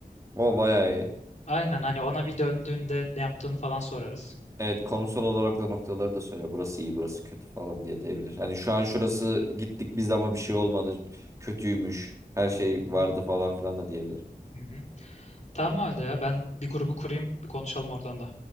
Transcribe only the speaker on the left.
Aynen hani ona bir döndüğünde ne yaptığını falan sorarız.
Hı hı,
hı hı. Tamam öyle ya ben bir grubu kurayım bir konuşalım oradan da.